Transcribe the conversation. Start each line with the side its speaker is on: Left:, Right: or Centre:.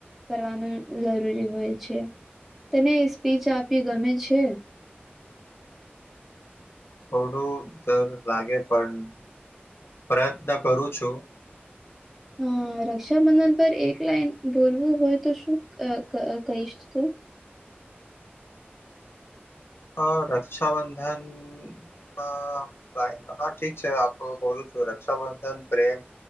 Centre: કરવાનું જરૂરી હોય છે, તને સ્પીચ આપી ગમે છે.
Left: થોડું ડર લાગે પણ પ્રયત્ન કરું છુ.
Centre: હા રક્ષાબંધન પર, એક લાઈન બોલવું હોય તો શું કહીશ તુ
Left: અ રક્ષાબંધન ના હા ઠીક છે, આપડું બોલું છુ રક્ષાબંધન પ્રેમ